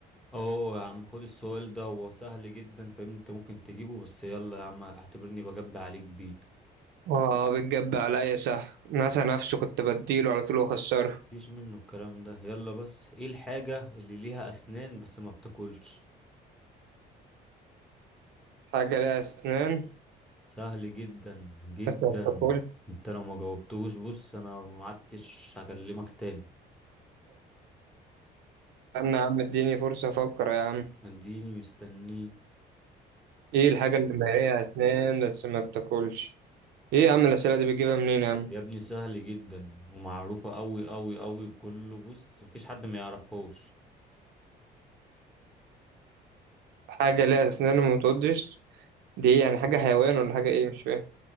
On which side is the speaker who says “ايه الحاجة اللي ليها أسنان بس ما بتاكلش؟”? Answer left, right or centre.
Right